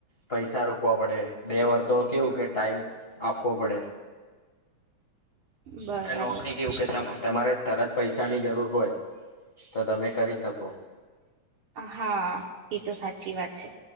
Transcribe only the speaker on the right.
બરાબર
છે
હા એ તો સાચી વાત છે